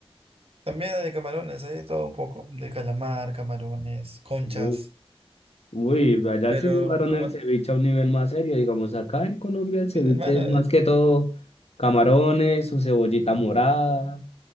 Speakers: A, on the right; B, on the left.
A: también hay de camarones, hay de todo un poco. De calamar, camarones, conchas.
B: Uy, uy, allá
A: Pero
B: sí llevaron
A: como,
B: el ceviche a un nivel más serio. Digamos, acá en Colombia el ceviche
A: hermano,
B: es más que todo camarones, su cebollita morada